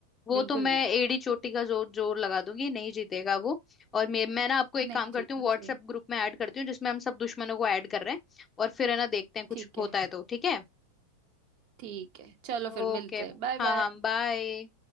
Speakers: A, on the left; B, on the right.
A: वो
B: बिल्कुल
A: तो मैं
B: भी
A: एड़ी चोटी का जोर जोर लगा दूंगी नहीं जीतेगा वो और मैं मैं ना आपको एक
B: नहीं
A: काम करती
B: जीतना
A: हूँ व्हाट्सएप
B: चाहिए
A: ग्रुप में ऐड करती हूँ जिसमें हम सब दुश्मनों को ऐड कर रहे हैं और फिर है ना देखते हैं कुछ
B: ठीक
A: होता
B: है
A: है तो ठीक है
B: ठीक है चलो
A: ओके
B: फिर मिलते हैं बाय
A: हाँ
B: बाय
A: हाँ बाय